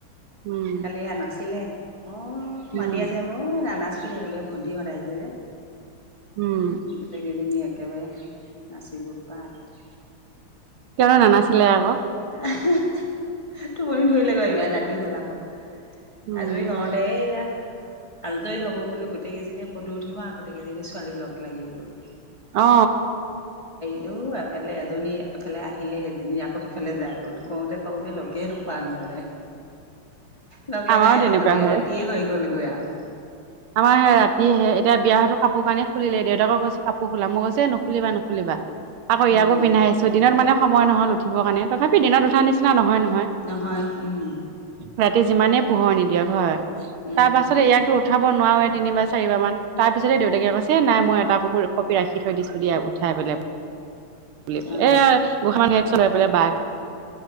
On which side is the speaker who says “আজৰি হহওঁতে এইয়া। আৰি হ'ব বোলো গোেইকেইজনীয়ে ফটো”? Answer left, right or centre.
Left